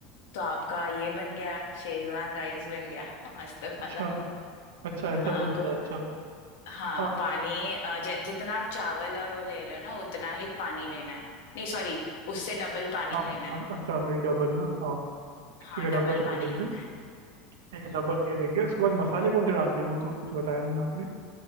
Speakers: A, on the left; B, on the right.
A: तो आपका ये बन गया शेजवान राइस बन गया <laughs> मस्त वाला
B: अच्छा अच्छा ऐसा
A: हाँ
B: भी होता
A: को
B: है अच्छा
A: हाँ
B: हाँ
A: पानी अ, ज, जितना आप चावल और वो ले रहे हो ना उतना ही पानी लेना है नहीं सॉरी उससे डबल पानी
B: हाँ
A: लेना
B: भाई
A: है
B: हाँ अच्छा वही डबल ना हाँ
A: हाँ
B: ठीक है
A: डबल
B: डबल
A: पानी
B: ले लेंगे
A: लेना है
B: ठीक है
A: हम्म
B: डबल ले लेंगे उसके बाद मसाले कौन से डालने हैं, वो तो कुछ बताया नहीं आपने